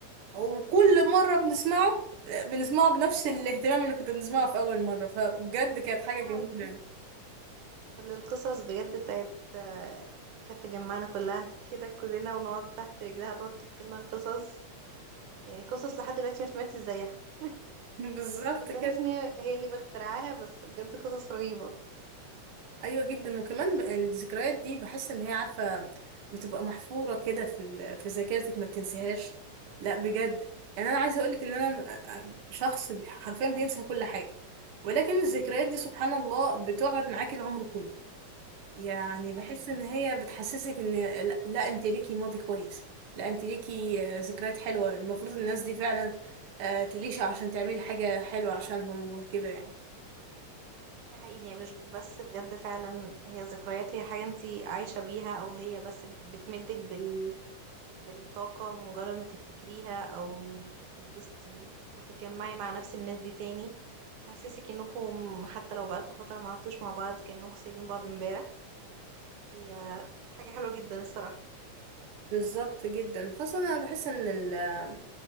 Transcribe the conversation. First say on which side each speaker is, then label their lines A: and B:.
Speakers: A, on the right (about 55°); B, on the right (about 80°).
A: وكل مرة بنسمعه بنسمعه بنفس الاهتمام اللي كنت بنسمعه في أول مرة فبجد كانت حاجة
B: ده
A: جميلة
B: حقيقي
A: يعني
B: ولا القصص بجد بتاعت آه، كانت تجمعنا كلها كده كلنا ونقعد تحت رجلها تقعد تحكي لنا القصص يعني قصص لحد دلوقتي مش ماتت زيها <laughs>
A: <laughs> بالظبط
B: كنت
A: كده
B: بحس ان هي هي اللي بخترعاها بس بجد قصص رهيبة
A: أيوة جدا وكمان ب- الذكريات دي بحس إن هي عارفة بتبقى محفورة كده في ال- في ذاكرتك ما بتنسيهاش لا بجد يعني أنا عايزة أقولك إن أنا م- شخص حرفيا بينسى كل حاجة ولكن الذكريات دي سبحان الله بتقعد معاكي العمر كله يعني بحس
B: حقيقي
A: ان هي بتحسسك ان لا, لا انت ليكي ماضي كويس لا انت ليكي آه، ذكريات حلوة المفروض الناس دي فعلا آه، تعيش عشان تعملي حاجة حلوة عشانهم وكده يعني
B: ده حقيقي هي مش بس بجد فعلا هي ذكريات هي حاجة انتي عايشة بيها او هي بس بتمدك بال... بالطاقة مجرد ما تفتكريها او تتبسطي بيه وتتجمعي مع نفس الناس دي تاني تحسسك انكم حتى لو بقالكم فترة ما عدتوش مع بعض كأنكم سايبين بعض امبارح هي حاجة حلوة جدا الصراحة
A: بالظبط جدا خاصة انا بحس ان ال- آه،